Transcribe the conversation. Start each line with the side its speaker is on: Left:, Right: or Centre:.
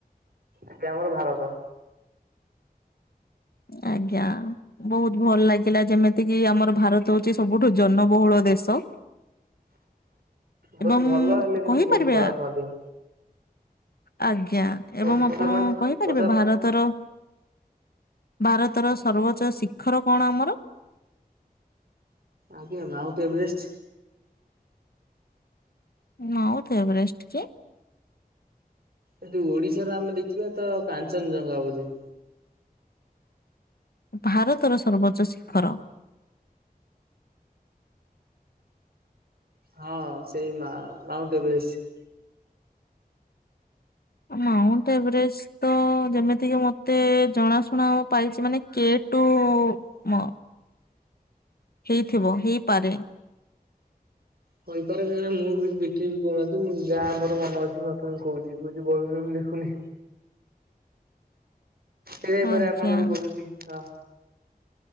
Right: ଏବେ ଆମର ଭାରତ
Left: ଆଜ୍ଞା। ବହୁତ ଭଲ ଲାଗିଲା ଯେମିତି କିି ଆମର ଭାରତ ହଉଛି ସବୁଠୁ ଜନବହୁଳ ଦେଶ।
Right: ବହୁତୁ
Left: ଏବଂ
Right: ଭଲ ହେଲେ କିନ୍ତୁ
Left: କହିପାରିବେ
Right: ବହୁତୁ ଖରାପ
Left: ଆ-
Right: ମଧ୍ୟ
Left: ଆଜ୍ଞା ଏବଂ
Right: ପଚାରୁନାହାନ୍ତି
Left: ଆପଣ କହିପାରିବେ?
Right: ପଚାରୁନାହାନ୍ତି।
Left: ଭାରତର ଭାରତର ସର୍ବୋଚ୍ଚ ଶିଖର କଣ ଆମର?
Right: ଆଜ୍ଞା ମାଉଣ୍ଟ ଏଭରେଷ୍ଟ।
Left: ମାଉଣ୍ଟ ଏଭରେଷ୍ଟ କି?
Right: ଯଦି ଓଡିଶାର ଆମେ ଦେଖିବା ତ କାଞ୍ଚନଜଙ୍ଘା ବୋଧେ
Left: ଭାରତର ସର୍ବୋଚ୍ଚ ଶିଖର
Right: ହଁ ସେଇ ମା ମାଉଣ୍ଟ ଏଭରେଷ
Left: ମାଉଣ୍ଟ ଏଭରେଷ୍ଟ ତ ଯେମିତିକି ମତେ ଜଣାଶୁଣା ପାଇଛି ମାନେ କେଟ
Right: <inaudible>
Left: ମ ହେଇଥିବ ହେଇପାରେ।
Right: କହିପାରେ କାହିଁକି ନା ମୁଁ କିଛି ଦେଖିବି କହୁନାହାନ୍ତି ମୁଁ ଯାହା ଆମର ମନେ ଅଛି ମୁଁ ଆପଣଙ୍କୁ କହୁଛି କହୁଛି ବହି ପହି ଦେଖୁନି। ହେଇପାରେ
Left: ଆଜ୍ଞା
Right: ଆପଣ ଯଦି କହୁଛନ୍ତି ହ